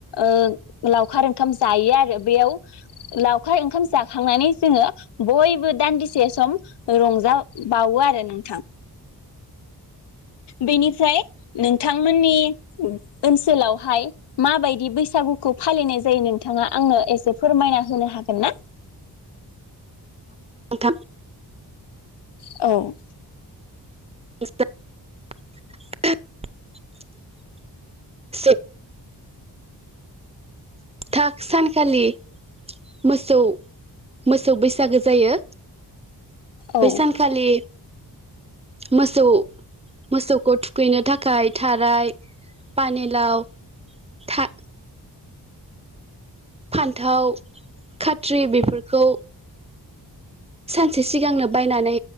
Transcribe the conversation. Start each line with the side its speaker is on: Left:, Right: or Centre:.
Left: ओ लावखार ओंखाम जायो आरो बेयाव लावखार ओंखाम जाखांनानै जोंङो बयबो दानदिसे स सम रंज बावो आरो नोंथां बेनिफ्राय नों थांमोननि ओनसोलावहाय माबायदि बैसागुखौ फालिनाय जायो नोंथाङा आंनो एसे फोरमायना होनो हागोन ना
Right: थाम
Left: औ
Right: ए <unintelligible> से थाग सानखालि मोसौ मोसौ बैसागो जायो
Left: औ
Right: बैसानखालि मोसौ मोसौखौ थुखैनो थाखाय थाराय पानिलाव था फान्थाव खाथ्रि बेफोरखौ सानसे सिगांनो बायनानै